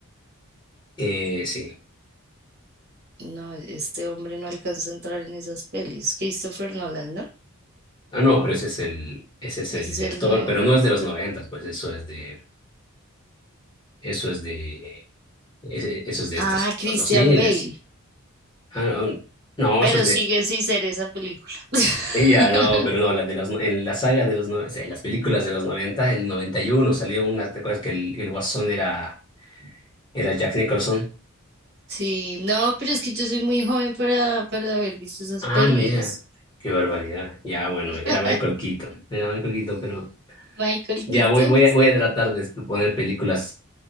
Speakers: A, on the left; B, on the right.
A: Eh, sí.
B: No, este hombre no alcanza a entrar en esas pelis. Christopher Nolan, ¿no?
A: Ah, no, pero ese es el, ese es
B: Ese
A: el director,
B: es el nuevo.
A: pero no es de los 90, pues eso es de, eso es de, ese- eso es de
B: Ah,
A: estos,
B: Christian
A: los 2000.
B: Bale.
A: Ah, no, no,
B: Pero
A: eso es de,
B: sigue sin ser esa película. <laughs>
A: ya no, pero no, la de los, no- en la saga de los 90, en las películas de los 90, el 91 salió una, ¿te acuerdas que el, el Guasón era, era Jack Nicholson?
B: Sí, no, pero es que yo soy muy joven para, para haber visto esas
A: Ah,
B: pelis.
A: mira, qué barbaridad. Ya, bueno,
B: <laughs>
A: era Michael Keaton, era Michael Keaton, pero
B: Michael
A: Ya
B: Keaton
A: voy, voy a, voy a tratar de poner películas